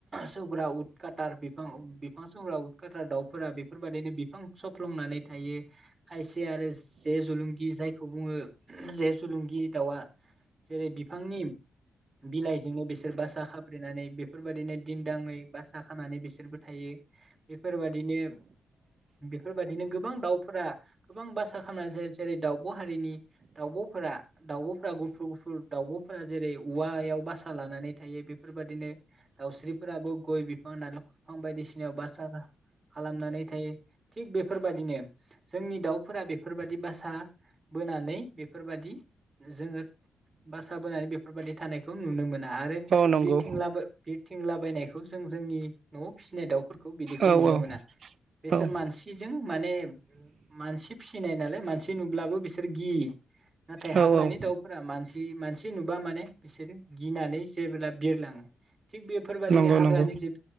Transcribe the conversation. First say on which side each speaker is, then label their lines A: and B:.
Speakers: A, on the right (about 30°); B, on the right (about 60°).
A: सौग्रा उदकाटार बिफां-बिफां सौग्रा उदखाटार दाउफोरा बेफोरबादिनो बिफां स फ्लंनानै थायो खायसे आरो जे जलुंगि जायखौ बुङो जे जुलुंगि दाउआ जेरै बिफांनि बिलाइजोंनो बिसोर बा सा खाब्रेनानै बेफोरबादिनो दिन्दाङै बासा खानानै बिसोरबो थायो बेफोरबादिनो बेफोरबादिनो गोबां दाउफोरा गोबां बासा खामनानै जायो जेरै दाउब' हारिनि दाउब'फोरा-दाउब'फोरा गुफुर गुफुर दाउब'फोरा जेरै उवायाव बासा लानानै थायो बेफोरबादिनो दाउस्रिफोराबो गय बिफां नालेखर बिफां बायदिसिनायाव बासा ला खालामनानै थायो। थिग बेफोरबादिनो जोंनि दाउफोरा बेफोरबादि बासा बोनानै बेफोरबादि जोङो बासा बोनानै बेफोरबादि थानायखौ नुनो मो ना आरो
B: औ नंगौ
A: <unintelligible> थिंला बायनायखौ जों जोंनि न'आव फिसिनाय दाउफोर खौ बिदिखौ
B: औ
A: नुनो
B: औ
A: मोना। बेसोर
B: औ
A: मानसि जों माने मानसि फिसिनाय नालाय मानसि नुब्लाबो बिसोर गियि नाथाय
B: औ
A: हाग्रानि
B: औ
A: दाउ फोरा मानसि-मानसि नुबा माने बिसोरो गिनानै जेबोला बिरलाङो थिग बेफोरबादिनो
B: नंगौ
A: हाग्रानि
B: नंगौ
A: जिब